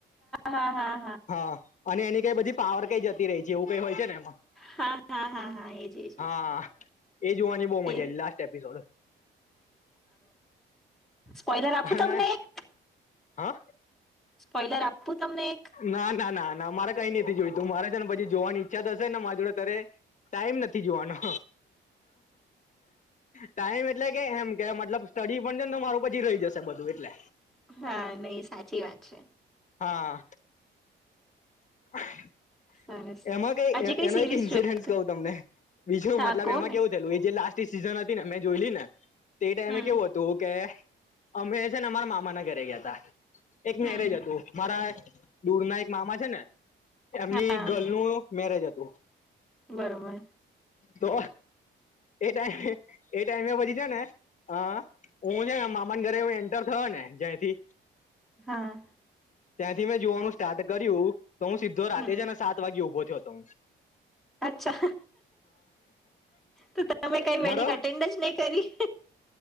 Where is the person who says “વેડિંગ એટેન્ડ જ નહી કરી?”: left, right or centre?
Centre